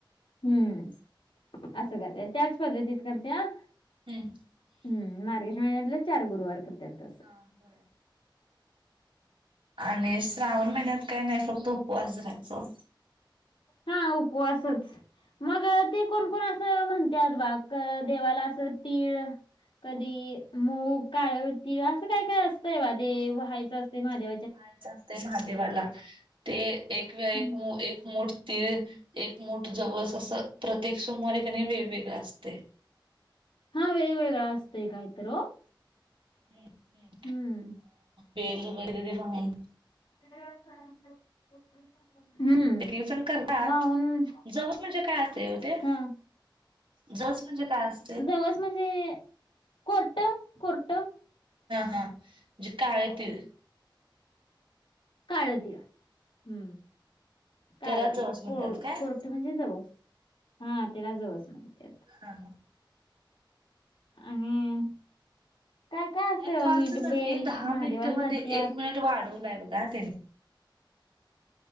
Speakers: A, on the left; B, on the right.
A: हम्म असं करत्यात, त्याचं पद्धतीत करत्यात.
B: <inaudible>
A: ह मार्गशिष महिन्यातले चार गुरुवार करत्यात. तसं.
B: हा होय. आणि श्रावण महिन्यात काय नाही फक्तं उपवास धरायचं.
A: हा उपवासच मग ते, कोण कोण असं म्हणत्यात बा. देवाला असं तीळ कधी, मग काळ तिळ असं काय काय असतं. तेव्हा ते वाहायच असते. महादे
B: वाहायच असतं महादेवाला. ते एक व एक.
A: हम्म.
B: एक मोठ तीळ एक मुठ जवळस असं, प्रत्येक सोमवारी कणी वेगवेगळं असतंय.
A: हा वेगवेगळ असतंय काय तर ओ.
B: हम हम.
A: हम्म.
B: बेल वगैरे ते वाहून.
A: <unintelligible> हम्म
B: एकेक जण करतात,
A: वाहून
B: जवस म्हणजे काय असते ओ ते.
A: हा
B: जवस म्हणजे काय अस
A: जवस म्हणजे, कोर्ट कोर्ट.
B: हा हा म्हणजे काळे तिळ.
A: काळ तीळ हम काळ
B: त्याला
A: तीळ,
B: जवस म्हणतात
A: को
B: काय?
A: कोर्ट म्हणजे. जवस हा त्यांला जवस म्हणत्यात.
B: हा हा.
A: आणि काय काय असतंय,
B: या कॉलच
A: मीठ
B: कणी
A: बेल
B: दहा
A: महादेवाला
B: मिनिट मध्ये
A: जात्यात.
B: एक मिनिट वाढवलाय बघा तिन्ही.